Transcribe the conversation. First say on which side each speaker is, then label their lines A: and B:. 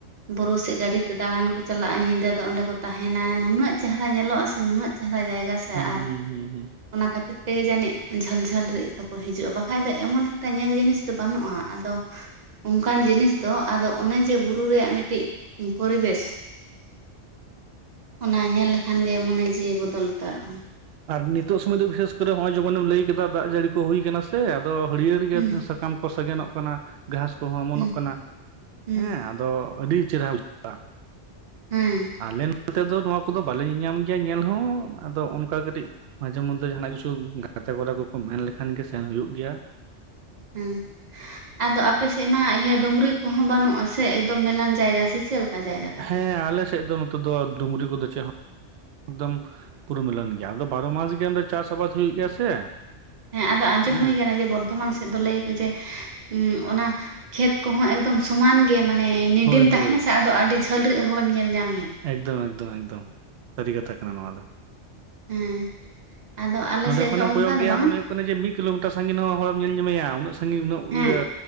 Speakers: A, on the right (about 40°); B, on the right (about 65°).
A: ᱵᱩᱨᱩ ᱥᱮᱫ ᱜᱟᱹᱰᱤ ᱛᱮ ᱫᱟᱬᱟᱱ ᱠᱚ ᱪᱟᱞᱟᱜᱼᱟ ᱧᱤᱫᱟᱹ ᱫᱚ ᱚᱸᱰᱮ ᱠᱚ ᱛᱟᱸᱦᱮᱱᱟ, ᱱᱩᱱᱟᱹᱜ ᱪᱮᱦᱨᱟ ᱧᱮᱞᱚᱜᱼᱟ ᱥᱮ ᱱᱩᱱᱟᱹᱜ ᱪᱮᱦᱨᱟ ᱡᱟᱭᱜᱟ ᱥᱮ ᱟᱨ
B: ᱦᱩᱸ ᱦᱩᱸ ᱦᱩᱸ ᱦᱩᱸ
A: ᱚᱱᱟ ᱠᱷᱟᱹᱛᱤᱨ ᱛᱮᱜᱮ ᱡᱟᱹᱱᱤᱡ ᱡᱷᱟᱹᱞ ᱡᱷᱟᱹᱞ ᱨᱮ ᱫᱚᱠᱚ ᱦᱤᱡᱩᱜᱼᱟ ᱵᱟᱠᱷᱟᱡ ᱫᱚ ᱮᱢᱚᱱ ᱮᱠᱴᱟ ᱧᱮᱞ ᱡᱤᱱᱤᱥ ᱫᱚ ᱵᱟᱹᱱᱩᱜᱼᱟ, ᱟᱫᱚ ᱚᱱᱠᱟᱱ ᱡᱤᱱᱤᱥ ᱫᱚ ᱟᱫᱚ ᱚᱱᱮ ᱡᱮ ᱵᱩᱨᱩ ᱨᱮᱭᱟᱜ ᱢᱤᱫᱴᱤᱡ ᱯᱚᱨᱤᱵᱮᱥ ᱚᱱᱟ ᱧᱮᱞ ᱞᱮᱠᱷᱟᱱ ᱜᱮ ᱢᱚᱱᱮ ᱡᱤᱣᱤ ᱵᱚᱫᱚᱞ ᱩᱛᱟᱹᱨᱚᱜᱼᱟ᱾
B: ᱟᱨ ᱱᱤᱛᱚᱜ ᱥᱚᱢᱚᱭ ᱫᱚ ᱵᱤᱥᱮᱥ ᱠᱚᱨᱮ ᱱᱚᱜᱼᱚᱭ ᱡᱮᱢᱚᱱᱮᱢ ᱞᱟᱹᱭ ᱠᱮᱫᱟ ᱫᱟᱜ ᱡᱟᱹᱲᱤ ᱠᱚ ᱦᱩᱭ ᱠᱟᱱᱟ ᱥᱮ, ᱟᱫᱚ ᱦᱟᱹᱨᱭᱟᱹᱲ ᱜᱮ
A: ᱦᱩᱸ
B: ᱥᱟᱠᱟᱢ ᱠᱚ ᱥᱟᱜᱮᱱᱚᱜ ᱠᱟᱱᱟ, ᱜᱷᱟᱥ ᱠᱚᱦᱚᱸ ᱚᱢᱚᱱᱚᱜ
A: ᱦᱩᱸ
B: ᱠᱟᱱᱟ,
A: ᱦᱩᱸ
B: ᱦᱮᱸ ᱟ ᱫᱚ ᱟᱹᱰᱤ ᱪᱮᱨᱦᱨᱟ ᱵᱩᱡᱷᱟᱹᱜᱼᱟ᱾
A: ᱦᱮᱸ᱾
B: ᱟᱞᱮ ᱱᱚᱛᱮ ᱫᱚ ᱱᱚᱣᱟ ᱠᱚᱫᱚ ᱵᱟᱞᱮ ᱧᱮᱧᱟᱢ ᱜᱮᱭᱟ ᱧᱮᱞ ᱦᱚᱸ ᱟᱫᱚ ᱚᱱᱠᱟ ᱠᱟᱛᱮ ᱠᱟᱹᱴᱤᱡ ᱢᱟᱡᱷᱮ ᱢᱚᱫᱽᱫᱷᱮ ᱡᱟᱦᱟᱸᱱᱟᱜ ᱠᱤᱪᱷᱩ ᱜᱟᱛᱮ ᱠᱚᱲᱟ ᱠᱚᱠᱚ ᱢᱮᱱ ᱞᱮᱠᱷᱟᱱ ᱜᱮ ᱥᱮᱱ ᱦᱩᱭᱩᱜᱜᱮᱭᱟ᱾
A: ᱦᱩᱸ ᱟᱫᱚ ᱟᱯᱮ ᱥᱮᱫᱢᱟ ᱤᱭᱟᱹ ᱰᱩᱝᱨᱤ ᱠᱚᱦᱚᱸ ᱵᱟᱹᱱᱩᱜᱼᱟ ᱥᱮ ᱮᱠᱫᱚᱢ ᱢᱮᱞᱟᱟᱱ ᱡᱟᱭᱜᱟ ᱥᱮ ᱪᱮᱫ ᱞᱮᱠᱟ? ᱡᱟᱭᱜᱟ ᱛᱟᱯᱮ
B: ᱦᱮᱸ ᱟᱞᱮ ᱥᱮᱫ ᱫᱚ ᱱᱚᱛᱮ ᱫᱚ ᱰᱩᱝᱨᱤ ᱠᱚᱫᱚ ᱪᱮᱫ ᱦᱚᱸ ᱮᱠᱫᱚᱢ ᱯᱩᱨᱤᱢᱤᱞᱚᱱ ᱜᱮᱭᱟ ᱟᱫᱚ ᱵᱟᱨᱚ ᱢᱟᱥ ᱜᱮᱰᱮ ᱪᱟᱥ ᱟᱵᱟᱫ ᱦᱩᱭᱩᱜᱭ ᱜᱮᱭᱟ ᱥᱮ
A: ᱦᱮᱸ ᱟᱫᱚ ᱟᱸᱡᱚᱢ
B: ᱦᱮᱸ
A: ᱦᱩᱭ ᱠᱟᱱᱟ ᱡᱮ ᱵᱚᱨᱫᱷᱚᱢᱟᱱ ᱥᱮᱫ ᱫᱚ ᱞᱟᱹ ᱟᱠᱚ ᱡᱮ ᱩᱸ ᱚᱱᱟ ᱠᱷᱮᱛ ᱠᱚᱦᱚᱸ ᱮᱠᱫᱚᱢ ᱥᱚᱢᱟᱱ ᱜᱮ ᱢᱟᱱᱮ ᱱᱤᱰᱤᱢ
B: ᱦᱳᱭ ᱦᱳᱭ
A: ᱛᱟᱸᱦᱮᱱᱟ ᱥᱮ ᱟᱫᱚ ᱟᱹᱰᱤ ᱡᱷᱟᱹᱞ ᱨᱟᱹ ᱦᱚᱲᱮᱢ ᱧᱮᱞ ᱧᱟᱢᱮᱭᱟ᱾
B: ᱮᱠᱫᱚᱢ ᱮᱠᱫᱚᱢ ᱮᱠᱫᱚᱢ ᱥᱟᱹᱨᱤ ᱠᱟᱛᱷᱟ ᱠᱟᱱᱟ ᱱᱚᱣᱟ ᱫᱚ᱾
A: ᱦᱮᱸ ᱟᱫᱚ ᱟᱞᱮᱥᱮᱫ
B: ᱱᱚᱸᱰᱮ ᱠᱷᱚᱱᱮᱢ
A: ᱫᱚ ᱚᱱᱠᱟ
B: ᱠᱚᱭᱚᱜ ᱜᱮᱭᱟ
A: ᱫᱚ ᱵᱟᱝ
B: ᱢᱚᱱᱮ ᱦᱩᱭᱩᱜ ᱠᱟᱱᱟ ᱡᱮ ᱢᱤᱫ ᱠᱤᱞᱳᱢᱤᱴᱟᱨ ᱥᱟᱜᱤᱧ ᱦᱚᱸ ᱦᱚᱲᱢ ᱧᱮᱞᱟᱢᱮᱭᱟ ᱩᱱᱟᱹᱜ ᱥᱟᱜᱤᱧ ᱩᱱᱟᱹᱜ
A: ᱦᱮᱸ
B: ᱤᱭᱟᱹ